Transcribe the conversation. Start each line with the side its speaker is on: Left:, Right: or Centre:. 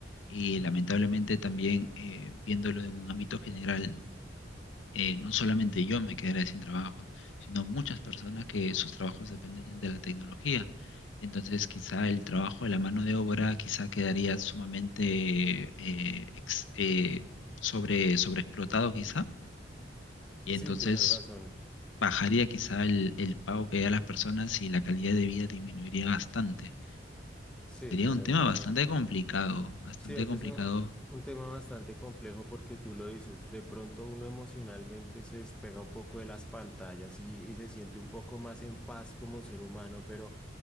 Left: Y
Centre: Mm.
Left: lamentablemente también, eh, viéndolo en un ámbito general, eh, no solamente yo me quedaré sin trabajo, sino muchas personas que sus trabajos dependen de la tecnología. Entonces, quizá el trabajo de la mano de obra quizá quedaría sumamente eh, ex- eh, sobre, sobreexplotado, quizá. Y
Centre: Sí,
Left: entonces
Centre: tienes razón.
Left: bajaría quizá el, el pago que da a las personas y la calidad de vida disminuiría bastante.
Centre: Sí,
Left: Sería
Centre: tienes
Left: un tema
Centre: razón.
Left: bastante complicado, bastante
Centre: Sí, ese
Left: complicado.
Centre: es un, un tema bastante complejo porque tú lo dices, de pronto uno emocionalmente se despega un poco de las pantallas y, y se siente un poco más en paz como ser humano, pero...